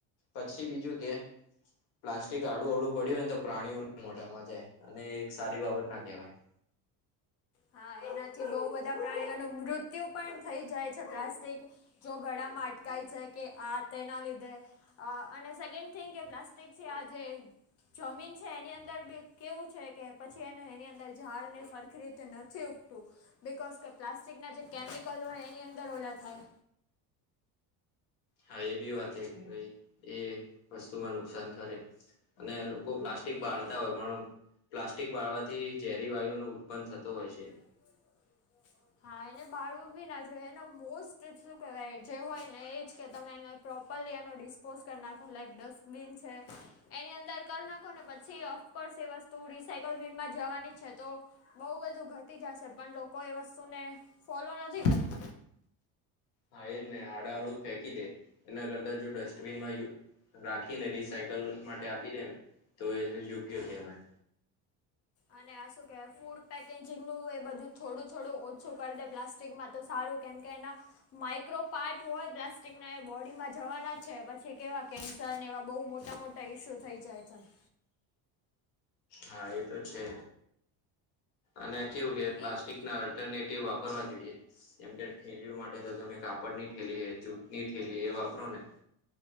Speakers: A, on the left (about 70°); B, on the left (about 40°).
A: પછી બીજું કે પ્લાસ્ટિક આડું અવડું પડ્યું હોયને તો પ્રાણીઓને મોટામાં જાય અને એક સારી બાબત ના કહેવાય.
B: હા એનાથી બઉ બધા પ્રાણીઓનું મૃત્યુ પણ થઈ જાય છે પ્લાસ્ટિક જો ગળામાં અટકાઈ જાય કે આ તેના લીધે અ અને સેકન્ડ થિંગ કે પ્લાસ્ટિક છે આ જેે જમીન છે એની અંદર બી કેવું છે કે પછી એને એની અંદર ઝાડ ને સરખરી તે નથી ઉગતું બિકોઝ કે પ્લાસ્ટિકના જે કેમિકલ હોય એની અંદર ઓલા થાય.
A: હા એ બી વાત કે ભાઈ એ વસ્તુમાં નુકસાન કરે. અને લોકો પ્લાસ્ટિક બાળતા
B: એ
A: હોય પણ પ્લાસ્ટિક વાળવાથી ઝેરી વાયુ નુ ઉત્પન્ન થતો હોય છે.
B: <inaudible> હા એને બાળું બી ના જોય એને મોસ્ટ શું કેહેવાય જે હોય ને એજ કે તમે એને પ્રોપરલી એનો ડિસ્પોઝ કરી નાખો લાઈક ડસ્ટબીન છે. એની અંદર કરી નાખો ને પછી ઓફકોર્સ એ વસ્તુ રિસાયકલનમાં જવાની છે તો બહુ બધું ઘટી જશે પણ લોકો એ વસ્તુને ફોલો નથી કરતા.
A: હા એ જ ને હાડા અવળું ફેંકી દે એના કરતા જો ડસ્ટબિનમાં યુઝ રાખીને રિસાયકલ માટે આપી દે ને તો એ યોગ્ય કેહેવાય.
B: અને શું કેહે ફૂડ પેકેજિંગનું એ બધું થોડું થોડું ઓછું કરી દે પ્લાસ સ્ટીલમાં તો સારું કેમ કે એના માઇક્રો પાર્ટ હોય પ્લાસ્ટિકના એ બોડીમાં જવાના જ છે પછી કેવા કેન્સર ને એવા બહુ મોટા મોટા ટઇ શો થઈ જાય છેન
A: હા એ તો છે અને કેવું કે પ્લાસ્ટિક
B: એવું
A: ના <unintelligible> વાપરવા જોઈએ જેમ કે ઠેલીઓ માટે તો તમે કાપડ ની ઠેલી જૂતની ઠેલી એ વાપરો ને